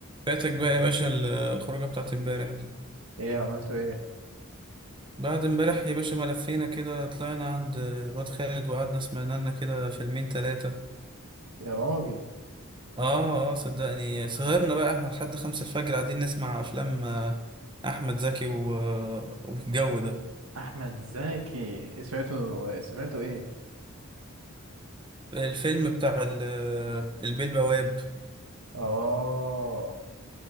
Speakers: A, on the right; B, on the right.
A: فاتك بقى يا باشا الخروجة بتاعت امبارح دي
B: ايه عملته ايه
A: بعد امبارح يا باشا ما لفينا كده طلعنا عند الواد خالد وقعدنا سمعنا لنا كده فيلمين تلاتة
B: يا راجل
A: اه اه صدقني سهرنا بقى احنا لحد خمسة الفجر قاعدين نسمع افلام آه، احمد زكي و... والجو ده
B: احمد زكي سمعته سمعته ايه
A: الفيلم بتاع ال... البيه البواب
B: اه